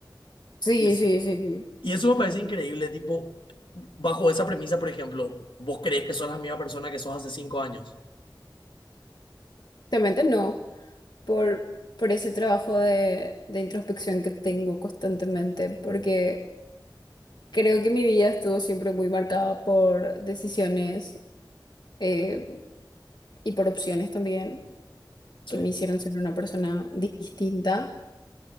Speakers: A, on the left; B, on the left.
A: sí,
B: Y, es,
A: sí, sí, sí.
B: y eso me parece increíble, tipo, bajo esa premisa, por ejemplo, vos crees que sos la misma persona que sos hace cinco años.
A: Claramente no, por, por ese trabajo de, de introspección que tengo constantemente, porque creo que mi vida estuvo siempre muy marcada por decisiones eh, y por opciones también
B: Sí,
A: que me hicieron ser una persona distinta.